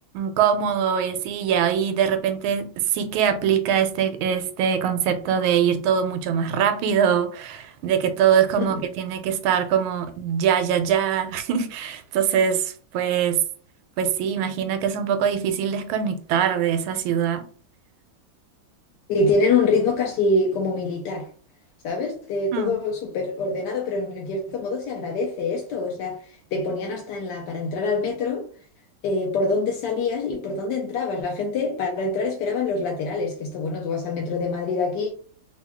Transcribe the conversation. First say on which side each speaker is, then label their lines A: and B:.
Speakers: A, on the right; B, on the left.
A: cómodo y así, y ahí de repente sí que aplica este, este concepto de ir todo mucho más rápido, de que todo es como
B: <laughs>
A: que tiene que estar como ya, ya, ya. <laughs> Entonces, pues, pues sí, imagino que es un poco difícil desconectar de esa ciudad.
B: Y tienen un ritmo casi como militar, ¿sabes? De todo
A: Mm.
B: súper ordenado, pero en cierto modo se agradece esto. O sea, te ponían hasta en la, para entrar al metro. eh, por dónde salías y por dónde entrabas. La gente para entrar esperaba en los laterales, que esto, bueno, tú vas al metro de Madrid aquí